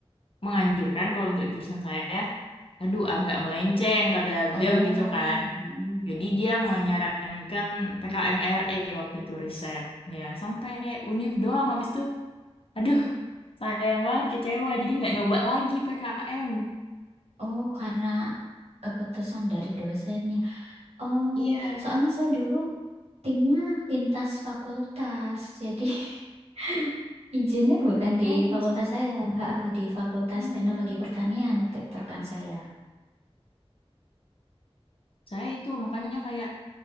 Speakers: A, on the left; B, on the right.
A: menganjurkan kalau untuk jurusan saya, aduh agak melenceng kata
B: Oh,
A: beliau gitu kan.
B: mm-mm.
A: Jadi dia menyarankan PKMRE waktu itu riset. Ya sampai univ doang habis itu, aduh sayang banget kecewa. Jadi nggak nyoba lagi PKM.
B: Oh, karena keputusan dari dosennya. Oh,
A: Iya.
B: soalnya saya dulu timnya lintas fakultas, jadi <laughs> Izinnya bukan di
A: Oh, lintas
B: fakultas
A: Afrika.
B: saya, ha, ha, di Fakultas
A: Hmm.
B: Teknologi Pertanian waktu itu kan saya.
A: Saya itu makanya kayak,